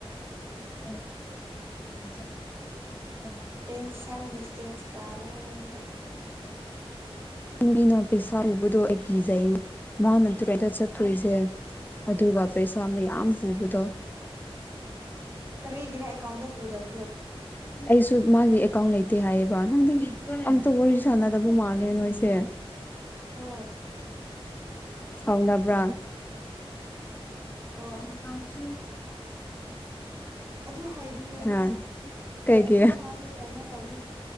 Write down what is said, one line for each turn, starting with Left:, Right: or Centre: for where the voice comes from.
Left: <unintelligible>
Right: ꯏꯟꯁꯥꯡꯒꯤ ꯏꯁꯇꯦꯠ ꯀꯥꯔꯦꯟꯗꯁꯨ
Left: ꯃꯤꯅ ꯄꯩꯁꯥ ꯎꯕꯗꯣ ꯑꯩ ꯀꯤꯖꯩ ꯃꯥꯅ ꯇꯨꯔꯦꯗ ꯆꯠꯇꯣꯏꯁꯦ ꯑꯗꯨꯒ ꯄꯩꯁꯥ ꯃꯌꯥꯝ ꯄꯨꯕꯗꯣ
Right: ꯀꯔꯤꯒ꯭ꯔꯦ ꯑꯦꯀꯥꯎꯟꯗ ꯄꯨꯗꯕ
Left: ꯑꯩꯁꯨ ꯃꯥꯒꯤ ꯀ ꯂꯩꯇꯦ ꯍꯥꯏꯌꯦꯕ ꯅꯪꯗꯤ ꯑꯝꯇ ꯋꯥꯔꯤ ꯁꯥꯟꯅꯗꯕ ꯃꯥꯜꯂꯦ ꯅꯣꯏꯁꯦ
Right: ꯍꯣꯏ
Left: ꯁꯥꯎꯅꯕ꯭ꯔꯥ
Right: ꯍꯣꯏ
Left: ꯑꯗꯨ ꯀꯁꯨ
Right: ꯑꯗꯨ ꯍꯥꯏꯕꯤꯌꯣꯅ
Left: ꯑ ꯀꯩꯒꯤ
Right: ꯑꯗꯨ ꯃꯥꯁꯦ ꯀꯩꯅꯣ ꯇꯧꯅꯤ